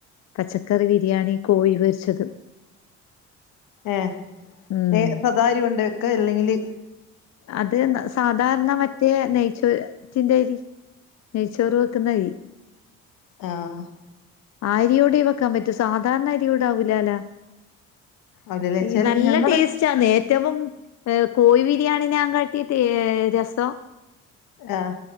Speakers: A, on the left; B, on the left.
A: പച്ചക്കറി ബിരിയാണി കോഴി പൊരിച്ചതും
B: ഏഹ്
A: ഉം
B: എ സദാ അരി കൊണ്ട വെക്ക? അല്ലെങ്കില്
A: അത് സാധാരണ മറ്റേ മറ്റേ നെയ്ച്ചോറ്റിന്റെ അരി നെയ്ച്ചോറ് വെക്കുന്ന അരി
B: ആഹ്
A: ആഹ് അരിയോടെ വെക്കാൻ പറ്റൂ സാധാരണ അരിയോടാവൂലാല്ലോ?
B: അല്ലല്ലേ
A: ഈ
B: ചെൽ
A: നല്ല
B: ഞങ്ങള്
A: ടേസ്റ്റ് ആന്ന് ഏറ്റവും എഹ് കോഴി ബി രിയാണിനെ കാട്ടിം ടേ രസം
B: ആഹ്